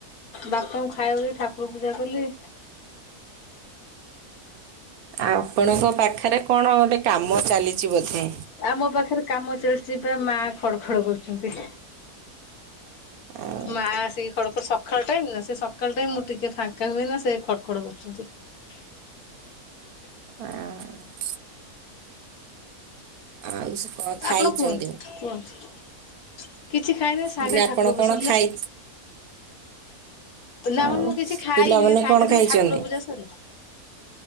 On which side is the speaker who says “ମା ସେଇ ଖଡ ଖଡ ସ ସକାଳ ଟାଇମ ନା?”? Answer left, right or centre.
Left